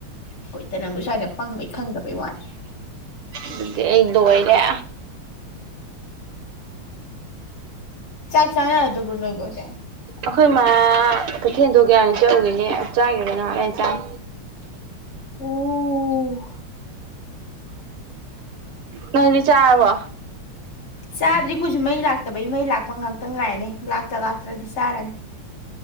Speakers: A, on the left; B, on the right.
A: ꯍꯣꯏꯇꯅꯕꯨ ꯁ꯭ꯋꯥꯏꯗ ꯄꯪꯕꯩ ꯈꯪꯗꯕꯩ ꯋꯥꯅꯤꯦ
B: ꯑꯗꯨꯗꯤ ꯑꯩꯗꯕꯩ ꯂ
A: ꯆꯥꯛ ꯆꯥꯅ ꯗꯕꯔꯅꯣꯏꯕꯣ ꯆꯦ
B: ꯑꯩꯈꯣꯏ ꯃꯥ ꯀꯩꯊꯦꯜꯗꯣ ꯀꯌꯥꯅ ꯆꯠꯎꯨꯔꯤꯅꯦ ꯆꯥꯈꯤꯕꯕꯅꯣꯅꯁꯥꯡ
A: ꯑꯣ
B: ꯅ ꯆꯥꯕꯣ
A: ꯆꯥꯗ꯭ꯔꯤꯈꯣꯏꯁꯨ ꯃꯩ ꯂꯥꯛꯇꯕꯩ ꯃꯩ ꯂꯥꯛꯄ ꯉꯍꯥꯛꯇꯪ ꯉꯥꯏꯔꯅꯦ ꯂꯥꯛꯇ ꯂꯥꯛꯇ꯭ꯔꯗꯤ ꯆꯥꯔꯅꯤ